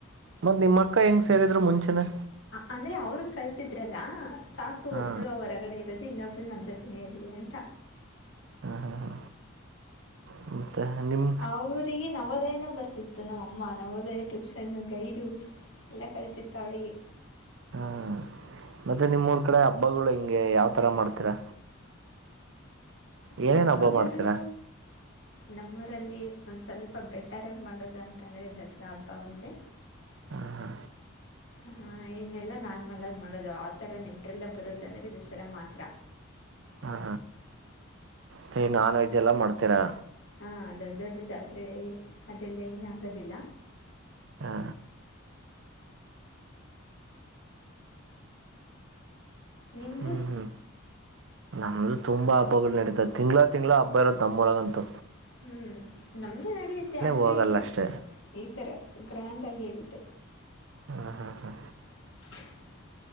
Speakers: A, on the right; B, on the left.
A: ಮತ್ತತ್ ನಿಮ್ಮ ಅಕ್ಕ ಹೆಂಗ್ ಸೇರಿದ್ರು ಮುಂಚೆನೆ
B: ಅಂದರೆ ಅವ್ರನ್ನು ಕಳಿಸಿದ್ರಲ್ಲ ಸಾಕು
A: ಹಾ
B: ಒಬ್ಳು ಅವರಗಡೆ ಇರೋದು ಇನ್ನೊಬ್ರು ನಮ್ಮ ಜೊತೆನೇ ಇರಲಿ ಅಂತ
A: ಹ ಹಾ ಹಾ ಹೂ ನಿಮ್ಮ
B: ಅವರಿಗೆ ನವೋದಯನ ಬರ್ಸಿತ್ತು ಮ ನಮ್ಮ ಅಮ್ಮ ನಾವು ಹೋದೇ ಟ್ಯೂಷನ್ ಗೈಡು ಎಲ್ಲ ಕಳಸಿತ್ತ ಅವಳಿಗೆ
A: ಹೂ ಮತ್ತೆ ನಿಮ್ೂರ್ ಕಡೆ ಹಬ್ಬಗಳು ಹೆಂಗೆ ಯಾವ್ ತರ ಮಾಡ್ತೀರಾ ಏನೇನ್
B: ಹಬ್ಬಗಳು
A: ಹಬ್ಬ ಮಾಡ್ತೀರಾ
B: ನಮ್ಮೂರಲ್ಲಿ ಒಂದು ಸ್ವಲ್ಪ ಬೆಟರಾಗಿ ಮಾಡೋದು ಅಂತಂದರೆ ದಸರಾ ಹಬ್ಬ ಒಂದೇ
A: ಹಾ ಹಾ
B: ಹ ಇನ್ನೆಲ್ಲ ನಾರ್ಮಲ್ ಆಗಿ ಮಾಡೋದು ಆತರ ನೆಂಟ್ರೆಲ್ಲ ಬರೋದಂದ್ರೆ ದಸರಾ ಮಾತ್ರ
A: ಹಾ ಮೆ ನಾನ್ ವೆಜ್ ಎಲ್ಲ ಮಾಡ್ತೀರಾ
B: ಹಾ ದೊಡ್ಡ ದೊಡ್ಡ ಜಾತ್ರೆ ಅದೆಲ್ಲ ಏನ ಆಗೋದಿಲ್ಲ
A: ಹಾ
B: ನಿಮ್ಮದು
A: ಹೂ ಹೂ ನಮ್ಮ ತುಂಬಾ ಹಬ್ಬಗಳು ನಡೀತೆ ತಿಂಗ್ಗಳಾ ತಿಂಗಳ ಹಬ್ಬ ಇರೋತ್ ನಮ್ಮೂಲಗಂತು
B: ಹೂ ನಮ್ಮದೇ ನಡೆಯುತ್ತೆ ಅಂದರೆ
A: ಹೋಗಲ್ಲ ಅಷ್ಟೇ
B: ಈ ಥರ ಗ್ರ್ಯಾಂಡಾಗಿ ಹೇಳಿದ್ದ
A: ಹಾ ಹಾ ಹಾ
B: ಹ